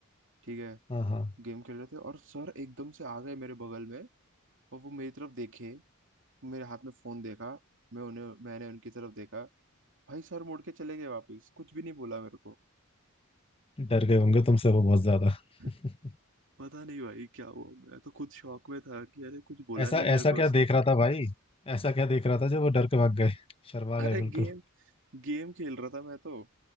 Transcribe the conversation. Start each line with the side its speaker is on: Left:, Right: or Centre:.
Right: ठीक है
Left: हाँ हाँ
Right: गेम खेल रहे थे और सर एकदम से आ गए मेरे बगल में और वो मेरी तरफ देखे मेरे हाथ में फोन देखा मैं उन्हें मैंने उनकी तरफ देखा भाई सर मुड़ के चले गए वापस कुछ भी नहीं बोला मेरे को
Left: डर गए होंगे तुमसे वो बहुत ज्यादा
Right: <laughs>
Left: <laughs>
Right: पता नहीं भाई क्या हुआ मैं तो खुद शॉक में था कि अरे कुछ बोला
Left: ऐसा
Right: नहीं मेरे
Left: ऐसा क्या
Right: को उसने
Left: देख रहा था भाई ऐसा क्या देख रहा था जो वो डर के भाग गए शर्मा
Right: अरे
Left: गए बिल्कुल
Right: गेम गेम खेल रहा था मैं तो